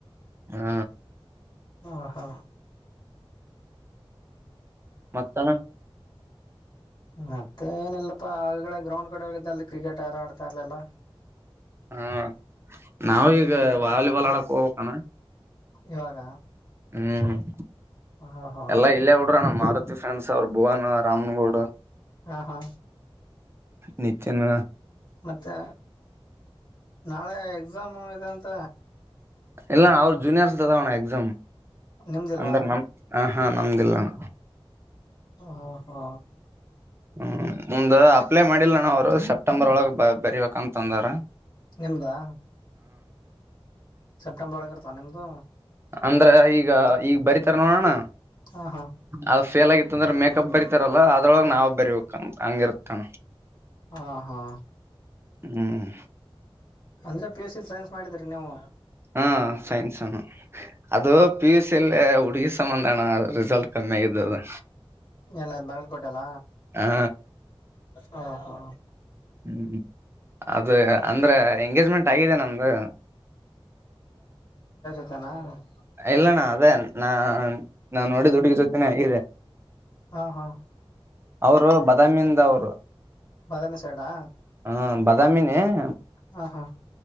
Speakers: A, on the right (about 25°); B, on the left (about 40°).
A: ಹಾ
B: ಹ ಹಾ
A: ಮತ್ತಣ
B: ಮತ್ತೆ ಏನಲ್ಲಪ್ಪಾ ಆಗಡೆ ಗ್ರೌಂಡ್ ಕಡೆ ಅಲ್ಲಿ ಕ್ರಿಕೆಟ್ ಯಾರ ಆಡ್ತಾ ಇರ್ಲಲ್ಲ
A: ಹಾ ನಾವ ಈಗ ವಾಲಿಬಾಲ್ ಆಡಕ್ ಹೋಗ್ಣ್ಣ
B: ಇವಾಗ
A: ಹ್ಮ್ ಹ್ಮ್
B: ಹಾ ಹಾ
A: ಎಲ್ಲ ಇಲ್ಲ ಡರಣ ಮಾರುತಿ ಫ್ರೆಂಡ್ಸ್ ಅವರು ಭುವವಾನ ರಾಮನಗೌಡ್
B: ಹಾ ಹಾ
A: ನಿತಿನ್
B: ಮತ್ತೆ ನಾಳೆ ಎಕ್ಸಾಮ್ ಇದೆ ಅಂತ
A: ಇಲ್ಲಣ ಅವರು ಜೂನಿಯರ್ಸ್ದಾವಣ್ಣ ಎಕ್ಸಾಮ್
B: ನಿಮ್ದಿಲ್ವಾ
A: ಅಂದ್ರೆ ನಮ್ದ ಹಾ ನಮ್ದಿಲ್ಲಣ್ಣ
B: ಹಾ ಹಾ
A: ಹ್ಮ್ ಮುಮ್ದ ಅಪ್ಲೈ ಮಾಡಿಲ್ಲ ನ ಅವ್ರು ಸೆಪ್ಟೆಂಬರ್ ಒಳಗ್ ಬರಿಬೇಕ ಅಂತಂದ್ರ
B: ನಿಮ್ದಾ ಸೆಪ್ಟೆಂಬರ್ ಒಳಗೆ ಇರ್ತಾ ನಿಮ್ದು
A: ಅಂದ್ರ ಈಗ ಈಗ ಬರತಾರ ನೋಡೋಣ
B: ಹಾ ಹಾ
A: ಅ ಫೇಲ್ ಆಗಿ ಅಂದ್ರೆ ಮೇಕಪ್ ಬರಿತಾರಲ್ಲ ಅದ್ರೊಳ ನವು ಬರಿೀಬೇಕು ಹಂಗಿರ್ತಾನ
B: ಹಾ ಹಾ
A: ಹ್ಮ್
B: ಅಂದ್ರೆ ಪಿ ಯುಸ್ ಸಿ ಸೈನ್ಸ್ ಮಾಡಿದ್ರರಿ ನೀವು
A: ಹ್ಮ ಸೈನ್ಸ ಅದು ಪಿಎುಸ್ಸಿಲ್ಲ ಉಡುಗ ಸಂಬಂಧಾನ ರಿಸಲ್ಟ್ ಕಮ್ಮಿ ಆಗಿದ್ದ ಅದು
B: ಎಲ್ಲ ಬಲ್ಕೋಟೆಲ್ಲ
A: ಹಾ
B: ಹ ಹ
A: ಹ್ಮ್ ಅದು ಅಂದ್ರೆ ಎಂಗೇಜ್ಮೆಂಟ್ ಗಿದೆ ನಮ್ದು
B: ಣ
A: ಇಲ್ಲಣ್ಣ ಅದೇ ನಾ ನಾ ನೋಡಿದ್ದು ಹುಡುಗಿ ಜೊತೆನೆ ಹಗಿದೆ
B: ಹಾ ಹಾ
A: ಅವರು ಬಾದಾಮಿಯಿಂದ ಅವರು
B: ಬಾದಾಮಿ ಸೈಡಾ
A: ಹಾ ಬಾದಾಮಿ ಹ
B: ಹಾ ಹಾ